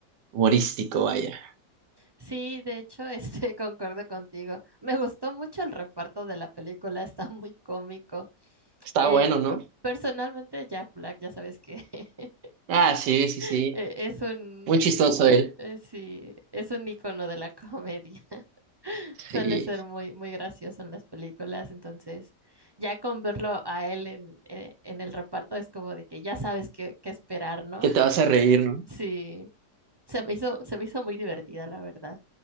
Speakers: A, on the right; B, on the right.
A: humorístico, vaya.
B: Sí, de hecho, este, <laughs> concuerdo contigo. Me gustó mucho el reparto de la película, está muy cómico.
A: Está
B: Eh,
A: bueno, ¿no?
B: p- personalmente, Jack Black, ya sabes que <laughs>
A: Ah, sí, sí,
B: eh,
A: sí.
B: es un,
A: Muy chistoso él.
B: eh, sí, es un icono de la comedia. <laughs> Suele
A: Sí.
B: ser muy, muy gracioso en las películas, entonces ya con verlo a él en, eh, en el reparto es como de que ya sabes qué, qué esperar, ¿no?
A: Que
B: <laughs>
A: te vas a reír, ¿no?
B: Sí. Se me hizo, se me hizo muy divertida, la verdad.